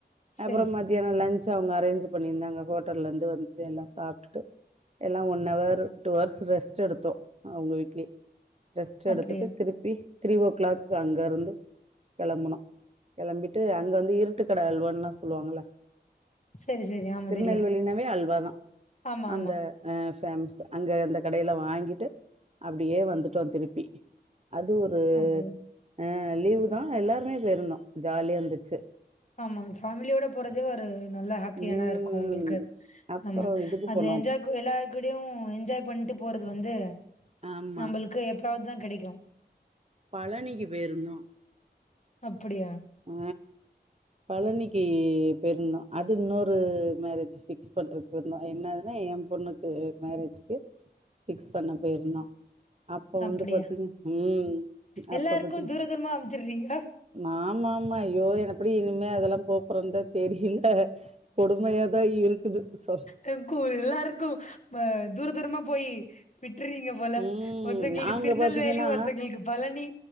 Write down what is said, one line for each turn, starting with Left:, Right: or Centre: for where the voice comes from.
Left: சரி
Right: அப்றோ
Left: சரி
Right: மதி யானோ லன்சு அவுங்க அரேஞ்ச் பண்ணியிருந்தாங்க ஹோட்டல்ல இருந்து வந்து எல்லா சாப்பிட்டுட்டு எல்லா one hour two hours rest எடுத்தோ அவுங்க வீட்லியே ரெஸ்ட் எடுத்துட்டு
Left: அப்டியா
Right: திருப்பி த்ரீ ஓ கிளாக் அங்க இருந்து கிளம்பனு கிளம்பிட்டு அங்க வந்து இருட்டு கட அள்வன்னுல்லா சொல்வாங்கள
Left: சரி சரி ஆமா
Right: திருநெல்வேலினாவே
Left: தெரியு
Right: அல்வாதா
Left: ஆமா
Right: அந்த
Left: ஆமா
Right: அ பேம்ஸ் அங்க அந்த கடையில வாங்கிட்டு அப்டியே வந்துட்டோ திருப்பி அது ஒரு
Left: அப்டியா
Right: ஆ லீவு தா எல்லாருமே போயிருந்தோ ஜாலியா இருந்துச்சு
Left: ஆமா ஃபேமிலியோட போறதே ஒரு நல்ல ஹாப்பியாதா
Right: ம்
Left: இருக்கு உங்களுக்கு
Right: அப்புறம்
Left: ஆமா
Right: இதுக்கு
Left: அது
Right: போனோம்
Left: என்ஜாக் கு எல்லாரு கூடயு என்ஜாய் பண்ணிட்டு போறது வந்து
Right: ஆமாம்
Left: நம்மளுக்கு எப்பாவுது தா கெடக்கு
Right: பழனிக்கு போயிருந்தோ
Left: அப்டியா
Right: அ பழனிக்கு பேயிருந்தோ அது இன்னொரு மேரேஜ் ஃபிக்ஸ் பண்றது போயிருந்தோ என்னாதுன்னா ஏ பொண்ணுக்கு மேரேஜ்கு ஃபிக்ஸ் பண்ண போயிருந்தோ அப்ப
Left: அப்படியா?
Right: வந்து பாத்தீங்க ம்
Left: எல்லாருக்கும்
Right: அப்ப பாத்தீங்க
Left: தூர தூரமா அனுப்ச்சுடுறீங்களா?
Right: மாம்மாமா ஐயோ எனப்பிடி இனிமே அதெல்லா போப்போறந்தா தெரியில கொடுமையாதா இருக்குது சொ
Left: ருக்கு எல்லாருக்கு தூர தூரமா போய் விட்டுரீங்க போல
Right: ம்
Left: ஒருத்தங்களுக்கு
Right: நாங்க
Left: திருநெல்வேலி
Right: பாத்தீங்கன்னா,
Left: ஒருத்தங்களுக்கு பழனி